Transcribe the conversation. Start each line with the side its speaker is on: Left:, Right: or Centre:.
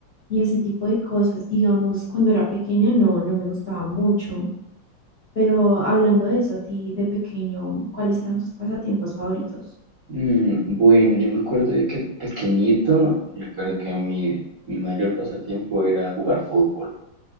Left: y ese tipo de cosas. Digamos, cuando era pequeña no, no me gustaba mucho. Pero hablando de eso, a ti de pequeño, ¿cuáles eran tus pasatiempos favoritos?
Right: Mm, bueno, yo me acuerdo de que pequeñito, yo recuerdo que mi, mi mayor pasatiempo era jugar fútbol.